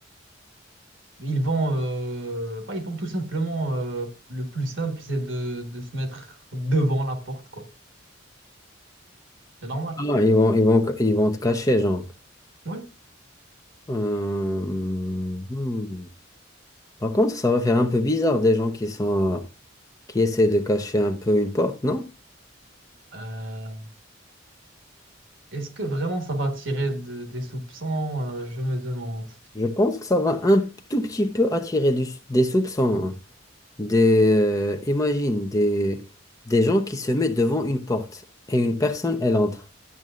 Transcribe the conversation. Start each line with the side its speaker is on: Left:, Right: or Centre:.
Right: ils vont, euh, bah, ils vont tout simplement, euh, le plus simple, c'est de, de se mettre devant la porte, quoi. C'est normal.
Left: Ah, ils vont, ils vont, ils vont te cacher, genre.
Right: Oui.
Left: Euh, hmm. Par contre, ça va faire un peu bizarre des gens qui sont, euh, qui essaient de cacher un peu une porte, non?
Right: Euh, est-ce que vraiment ça va attirer de- des soupçons? euh, je me demande.
Left: Je pense que ça va un tout petit peu attirer du- des soupçons. hein. des, euh, imagine des, des gens qui se mettent devant une porte et une personne, elle entre.